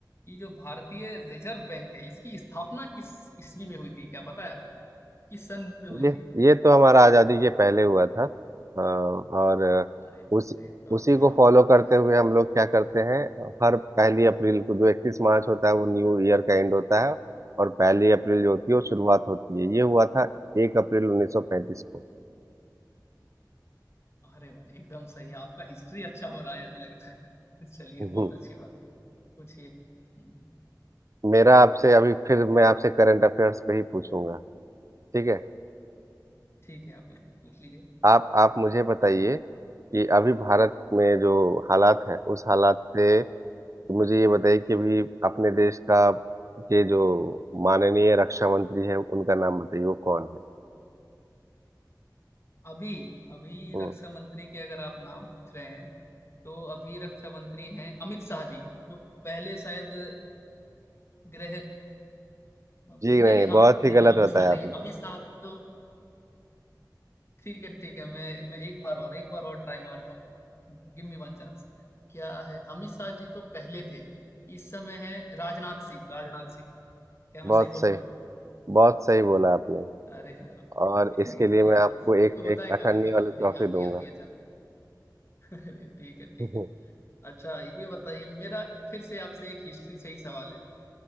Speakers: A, on the left (about 35°); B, on the right (about 45°).
A: कि जो भारतीय रिजर्व बैंक है इसकी स्थापना किस ईस्वी में हुई थी क्या पता है आपको किस सन में हुई
B: ये
A: थी
B: ये तो हमारा आज़ादी के पहले हुआ था अ, और
A: अरे
B: उसी
A: ये तो आपको
B: उसी
A: याद
B: को फॉलो करते
A: है
B: हुए हम लोग क्या करते हैं हर पहली अप्रैल को जो इकतीस मार्च होता है वो न्यू ईयर का एंड होता है और पहली अप्रैल जो होती है वो शुरुआत होती है ये हुआ था एक अप्रैल उन्नीस सौ पैंतीस को
A: अरे वाह एकदम सही आपका हिस्ट्री अच्छा हो रहा है अभी लगता है <laughs> चलिए
B: हम्म।
A: बहुत अच्छी बात है पूछिए हम्म,
B: मेरा आपसे अभी फिर मैं आपसे करंट अफेयर्स पे ही पूछूंगा ठीक है
A: ठीक है आप पूछ पूछ लीजिए
B: आप आप मुझे बताइए कि अभी भारत में जो हालात है उस हालात से तो मुझे ये बताइए कि अभी अपने देश का के जो माननीय रक्षा मंत्री है उनका नाम बताइए वो कौन है
A: अभी अभी
B: हम्म
A: रक्षा मंत्री के अगर आप नाम पूछ रहे हैं तो अभी रक्षा मंत्री हैं अमित शाह जी जो पहले शायद गृह नहीं
B: जी नहीं
A: नहीं
B: बहुत
A: अभी नहीं
B: ही गलत
A: नहीं अमित
B: बताया
A: शाह नहीं
B: आपने
A: है अमित शाह तो ठीक है ठीक है मैं मैं एक बार और एक बार और ट्राई मारता हूँ गिव मी वन चांस क्या है अमित शाह जी तो पहले थे इस समय है राजनाथ सिंह राजनाथ सिंह क्या मैं
B: बहुत
A: सही बोल
B: सही
A: रहा हूँ
B: बहुत सही बोला आपने
A: अरे हाँ
B: और
A: एकदम
B: इसके लिए
A: एकदम
B: मैं आपको
A: अरे
B: एक
A: वो होता
B: एक
A: है
B: अठन्नी
A: कभी कभी
B: वाली
A: चीजें
B: ट्रॉफी
A: याद नहीं
B: दूंगा
A: आती अचानक <laughs> अरे ठीक है ठीक
B: <laughs>
A: है अच्छा ये बताइए मेरा फिर से आपसे एक हिस्ट्री से ही सवाल है